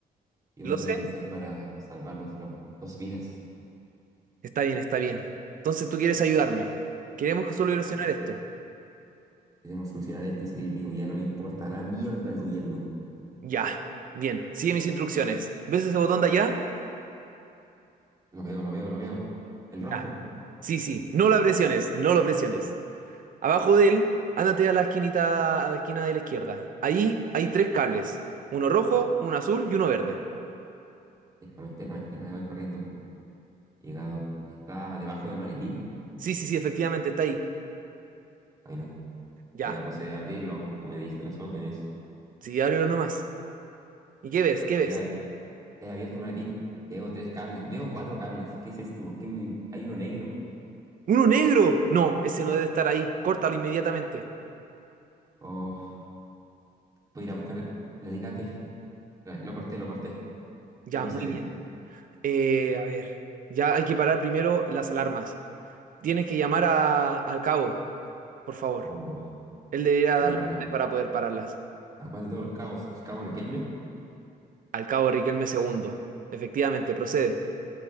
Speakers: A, on the right; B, on the right.
A: ¿Qué
B: Lo
A: podríamos
B: sé.
A: hacer para salvar nuestras dos vidas?
B: Está bien, está bien. Entonces tú quieres ayudarme. Queremos que solucionar
A: Ah,
B: esto.
A: Queremos solucionar esto y salir vivo. Ya no me importa la mierda el gobierno.
B: Ya. Bien. Sigue mis instrucciones. ¿Ves ese botón de allá?
A: Lo veo, lo veo, lo veo. El
B: Ya.
A: rojo.
B: Sí, sí, no la presiones, no lo presiones. Abajo de él, ándate a la esquinita, a la esquina de la izquierda. Ahí hay tres cables, uno rojo, uno azul y uno verde.
A: Déjame, espérame, espérame, voy corriendo. Llegado. ¿Está debajo del maletín?
B: Sí, sí, sí, efectivamente, está ahí.
A: Bueno.
B: Ya,
A: Voy a proceder a abrirlos. Tú me diste las órdenes.
B: sí, ábrelo nomás. ¿Y qué ves? ¿Qué ves?
A: He, a- he abierto el maletín. Veo tres cables. Veo cuatro cables. ¿Qué es esto? ¿Por qué me- hay uno negro?
B: ¡Uno negro! No, ese no debe estar ahí. Córtalo inmediatamente.
A: Oh, voy a ir a buscar el alicate. Ah, Lo corté, lo corté.
B: Ya,
A: ¿Qué procede?
B: muy bien. Eh, a ver, ya hay que parar primero las alarmas. Tienes que llamar a- al cabo, por favor.
A: Oh,
B: Él debería
A: voy
B: dar
A: a llamar
B: las órdenes para poder pararlas.
A: a cuál de todos los cabos. ¿El cabo Riquelme?
B: Al cabo Riquelme segundo. Efectivamente, procede.